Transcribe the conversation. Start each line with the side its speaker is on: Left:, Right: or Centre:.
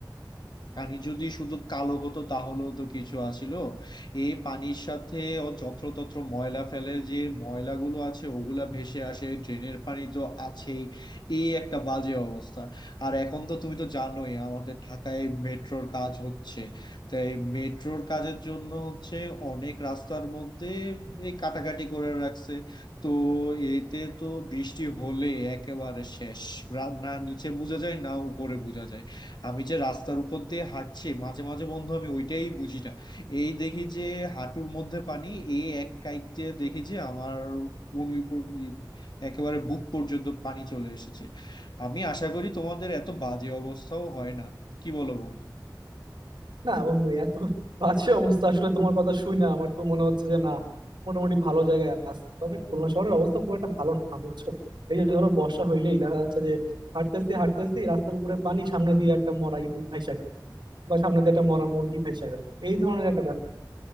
Left: পানি যদি শুধু কালো হতো তাহলেও তো কিছু আছিল এই পানির সাথে ও যত্রতত্র ময়লা ফেলে যে ময়লাগুলো আছে ওগুলা ভেসে আসে ড্রেনের পানি তো আছেই এই একটা বাজে অবস্থা আর এখন তো তুমি তো জানোই আমাদের ঢাকায় মেট্রোর কাজ হচ্ছে তাই মেট্রোর কাজের জন্য হচ্ছে অনেক রাস্তার মধ্যে এই কাটাকাটি করে রাখছে তো এতে তো বৃষ্টি হলে একেবারে শেষ রা- না নিচে বোঝা যায় না উপরে বোঝা যায় আমি যে রাস্তার উপর দিয়ে হাঁটছি মাঝে মাঝে বন্ধু আমি ওইটাই বুঝি না এই দেখি যে হাঁটুর মধ্যে পানি এই এক কাইক দিয়ে দেখি যে আমার কোন উই পর- ই- একেবারে বুক পর্যন্ত পানি চলে এসেছে আমি আশা করি তোমাদের এত বাজে অবস্থাও হয় না কি বলো বন্ধু
Right: না বন্ধু এত বাজে অবস্থা আসলে তোমার কথা শুই না আমার তো মনে হচ্ছে যে না মোটামুটি ভালো জায়গায় আছে তবে খুলনা শহরের অবস্থা খুব একটা ভালো না বুঝছো এই যে ধরো বর্ষা হইলেই দেখা যাচ্ছে যে হাঁটতেছি হাঁটতেছি রাস্তার উপরে পানি সামনে দিয়ে একটা মরা ইঁদুর ভাইসা গেল বা সামনে দিয়ে একটা মরা মুরগি ভাইসা গেল এই ধরনের একটা ব্যাপার